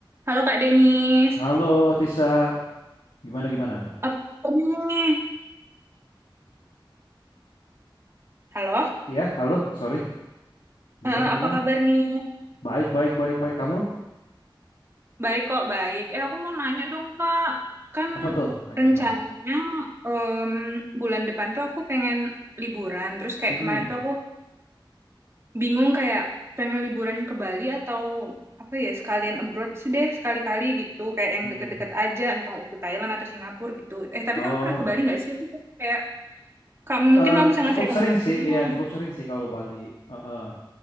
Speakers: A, on the right (about 30°); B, on the left (about 85°).
A: Halo Kak Denis,
B: Halo Tisa, gimana gimana?
A: apa kabar nih? Halo,
B: Iya, halo, sorry, gimana
A: Eh,
B: gimana?
A: apa kabar nih?
B: Baik baik baik baik kamu
A: Baik kok, baik. Eh aku mau nanya dong Kak, kan
B: apa tuh? Nanya
A: rencananya
B: apa?
A: em, bulan depan tuh aku pengen liburan. Terus kayak
B: Mm-mm.
A: kemarin tuh aku bingung kayak pengen liburan ke Bali atau apa ya sekalian abroad sih deh sekali-kali gitu. Kayak yang
B: Mm.
A: deket-deket aja, entah itu Thailand atau Singapura gitu. Eh tapi
B: Oh,
A: kamu pernah ke Bali nggak sih? Aku kayak kamu mungkin
B: eh,
A: kamu bisa
B: cukup
A: ngasih rekomendasinya.
B: sering sih, iya cukup sering sih kalau Bali. Eh, eh.